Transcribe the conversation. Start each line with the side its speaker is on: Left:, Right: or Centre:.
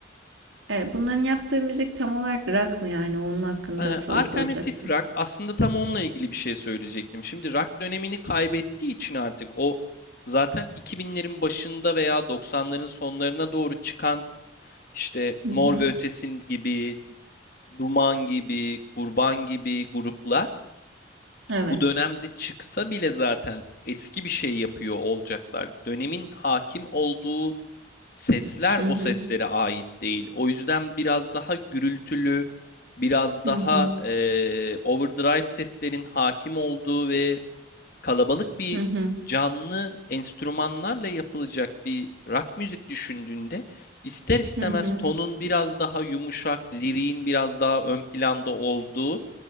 Right: e, bunların yaptığı müzik tam olarak rock mı yani? Onun hakkında
Left: Ee,
Right: soru
Left: Alternatif
Right: soracaktım.
Left: rock aslında tam onunla ilgili bir şey söyleyecektim. Şimdi rock dönemini kaybettiği için artık o zaten 2000'lerin başında veya 90'ların sonlarına doğru çıkan işte
Right: Hı
Left: Mor
Right: hı.
Left: ve Ötesi gibi Duman gibi, Kurban gibi gruplar
Right: Evet.
Left: bu dönemde çıksa bile zaten eski bir şey yapıyor olacaklar. Dönemin hakim olduğu sesler
Right: Hı hı.
Left: o seslere ait değil. O yüzden biraz daha gürültülü, biraz
Right: Hı
Left: daha
Right: hı.
Left: eee, overdrive seslerin hakim olduğu ve kalabalık bir
Right: Hı hı.
Left: canlı enstrümanlarla yapılacak bir rock müzik düşündüğünde ister istemez
Right: Hı hı.
Left: tonun biraz daha yumuşak, liriğin biraz daha ön planda olduğu